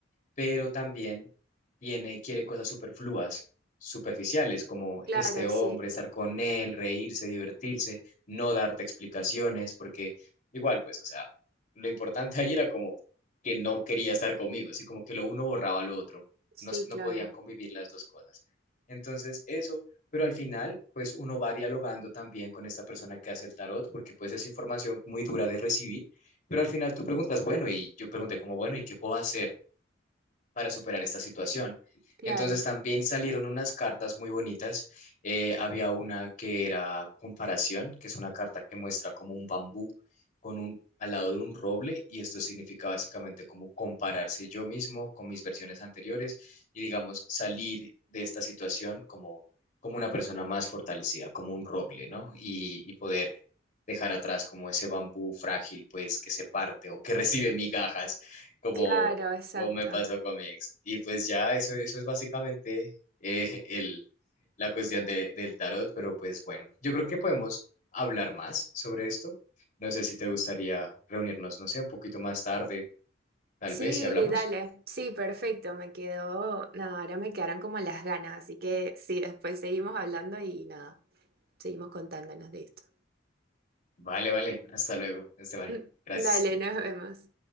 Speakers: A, on the left; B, on the right.
A: pero también tiene, quiere cosas superfluas, superficiales, como
B: Claro,
A: este hombre,
B: sí,
A: estar con él, reírse, divertirse, no darte explicaciones, porque igual, pues, o sea, lo importante <laughs> ahí era como que no quería estar conmigo, así como que lo uno borraba lo otro,
B: sí,
A: no se, no
B: claro,
A: podían convivir las dos cosas. Entonces, eso, pero al final, pues uno va dialogando también con esta persona que hace el tarot, porque pues es información muy dura de recibir, pero al final tú preguntas, bueno, y yo pregunté como, bueno, ¿y qué puedo hacer? para superar esta situación.
B: claro,
A: Entonces también salieron unas cartas muy bonitas. Eh, había una que era comparación, que es una carta que muestra como un bambú con un al lado de un roble y esto significa básicamente como compararse yo mismo con mis versiones anteriores y digamos salir de esta situación como como una persona más fortalecida, como un roble, ¿no? Y, y poder dejar atrás como ese bambú frágil, pues que se parte o que <laughs> recibe migajas, como
B: claro, exacto.
A: como me pasó con mi ex. Y pues ya, eso, eso es básicamente eh, el, la cuestión de- del tarot, pero pues bueno, yo creo que podemos hablar más sobre esto. No sé si te gustaría reunirnos, no sé, un poquito más tarde, tal
B: Sí,
A: vez, si hablamos.
B: dale. Sí, perfecto. Me quedó. Nada, ahora me quedaron como las ganas. Así que sí, después seguimos hablando y nada, seguimos contándonos de esto.
A: Vale, vale, hasta luego, Esteban.
B: <laughs>
A: Gracias.
B: Dale, nos vemos.